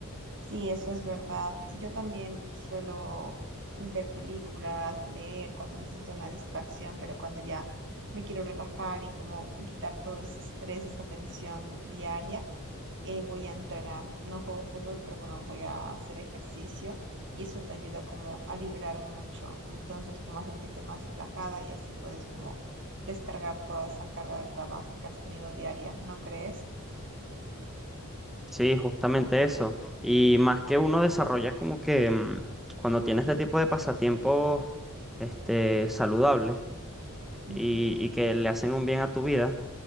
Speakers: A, on the right; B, in the centre.
A: Sí, eso es verdad. Yo también suelo ver películas, leer cuando necesito una distracción, pero cuando ya me quiero relajar y como quitar todo ese estrés y esa tensión diaria, eh, voy a entrenar, no juego fútbol, pero bueno, voy a hacer ejercicio y eso te ayuda como a liberar mucho, entonces como a sentirte más relajada y así puedes como descargar toda esa carga de trabajo que has tenido diaria, ¿no crees?
B: Sí, justamente eso. Y más que uno desarrolla como que mm, cuando tiene este tipo de pasatiempos este, saludables
A: Ujú.
B: y, y que le hacen un bien a tu vida,